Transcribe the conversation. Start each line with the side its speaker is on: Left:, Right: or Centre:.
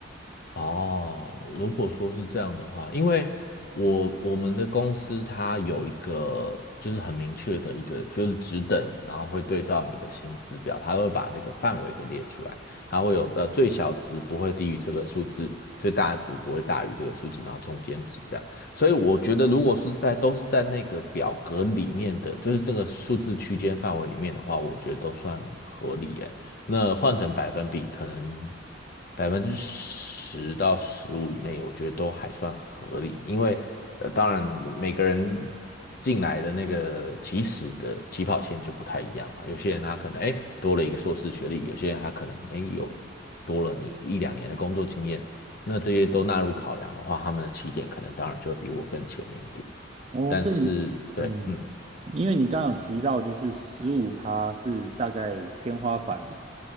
Left: 哦，如果说是这样的话，因为我我们的公司它有一个就是很明确的一个就是职等，然后会对照你的薪资表，它会把那个范围给列出来，它会有的最小值不会低于这个数字，最大值不会大于这个数字，然后中间值这样。所以我觉得如果是在都是在那个表格里面的，就是这个数字区间范围里面的话，我觉得都算合理诶。那换成百分比，可能百分之十到十五以内，我觉得都还算合理。因为呃，当然每个人进来的那个起始的起跑线就不太一样嘛。有些人他可能哎多了一个硕士学历，有些人他可能哎有多了你一两年的工作经验。那这些都纳入考量的话，他们的起点可能当然就会比我更前面一点。
Right: 哦，
Left: 但是对，
Right: 所以你 <laughs>，嗯，
Left: 嗯，
Right: 因为你刚刚有提到，就是十五趴是大概天花板了。